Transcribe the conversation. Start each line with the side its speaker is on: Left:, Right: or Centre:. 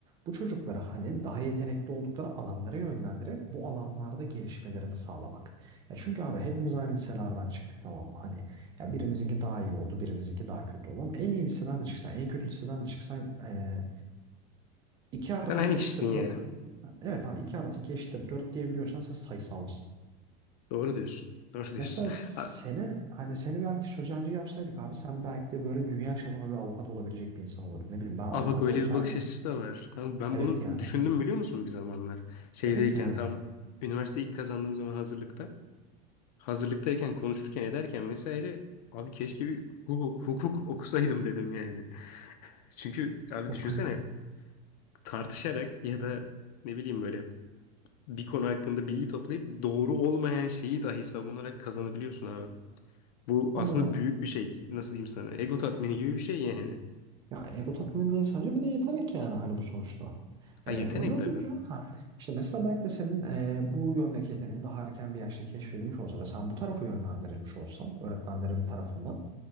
Right: bu çocuklara hani daha yetenekli oldukları alanlara yönlendirerek bu alanlarda gelişmelerini sağlamak. Ya çünkü abi hepimiz aynı liselerden çıktık tamam mı? Hani ya birimizinki daha iyi oldu, birimizinki daha kötü oldu ama en iyi liseden de çıksan, en kötü liseden de çıksan e, 2 artı
Left: Sen aynı
Right: 2 eşittir
Left: kişisin yani.
Right: dört Evet abi 2 artı 2 eşittir 4 diyebiliyorsan sen sayısalcısın.
Left: Doğru diyorsun. Doğru diyorsun.
Right: Mesela seni
Left: A-
Right: hani seni belki sözelci yapsaydık abi sen belki de böyle dünya çapında bir avukat olabilecek bir insan olurdun. Ne bileyim ben avukat
Left: Aa, bak öyle
Right: olsaydım.
Left: bir bakış açısı da var. Kanka ben
Right: Evet
Left: bunu
Right: yani.
Left: düşündüm
Right: Hı.
Left: biliyor musun bir zamanlar? Şeydeyken
Right: Evet yani.
Left: tam üniversite ilk kazandığım zaman hazırlıkta. Hazırlıktayken konuşurken ederken vesaire abi keşke bir hukuk, hukuk okusaydım dedim yani. Çünkü abi
Right: Okuyorum.
Left: düşünsene tartışarak ya da ne bileyim böyle bir konu hakkında bilgi toplayıp doğru olmayan şeyi dahi savunarak kazanabiliyorsun abi. Bu aslında
Right: Tam olarak.
Left: büyük bir şey. Nasıl diyeyim sana? Ego tatmini gibi bir şey yani.
Right: Ya ego tatmini değil sadece bir de yetenek yani hani bu sonuçta.
Left: Ha
Right: Ee,
Left: yetenek
Right: öyle olunca
Left: tabii.
Right: ha işte mesela belki de senin ee, bu yöndeki yeteneğin daha erken bir yaşta keşfedilmiş olsa ve sen bu tarafa yönlendirilmiş olsan öğretmenlerin tarafından